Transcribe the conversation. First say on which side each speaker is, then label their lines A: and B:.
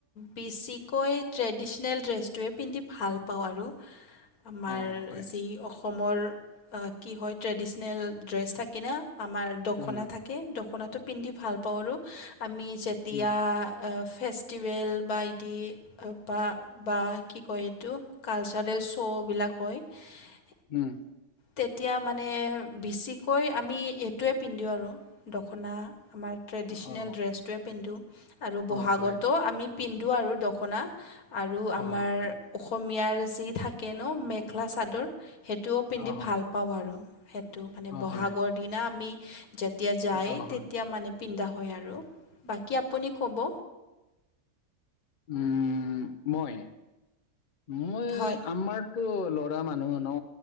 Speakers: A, on the left; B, on the left.
A: বেছিকৈ ট্ৰেডিশনেল ড্ৰেছটোৱে পিন্ধি ভাল পাওঁ আৰু আমাৰ
B: অ হয়
A: যি অসমৰ কি হয়, ট্ৰেডিচনেল ড্ৰেছ থাকে না আমাৰ দখোনা
B: উম
A: থাকে দখনাত টো পিন্ধি ভাল পাওঁ আৰু আমি যেতিয়া
B: উম
A: ফেষ্টষ্টিভেল বা এদি বা বা কি কয় এইটো কালচাৰেল শ্ব' <unintelligible>
B: উম,
A: তেতিয়া মানে বেছিকৈ আমি এইটোৱে পিন্ধো আৰু দখোনা আমাৰ ট্ৰেডিচনেল
B: অ
A: ড্ৰেছটোৱে পিন্ধোঁ আৰু বহাগতো
B: অ হয়
A: আমি <unintelligible> আৰু দখনা আৰু আমাৰ
B: অ হয়
A: অসমীয়াৰ যি থাকে ন, মেখেলা চাদৰ সেইটোও পিন্ধি
B: অ হয়
A: ভাল পাওঁ আৰু সটো মানে
B: অ
A: ব'হাগৰ
B: হয়
A: দিনা আমি যেতিয়া যায়,
B: অ হয় অ হয়
A: তেতিয়া মানে পিন্ধা হয় আৰু বাকী আপুনি ক'ব
B: উম, মই মই,
A: হয়
B: আমাৰতো লৰা মানুহ ন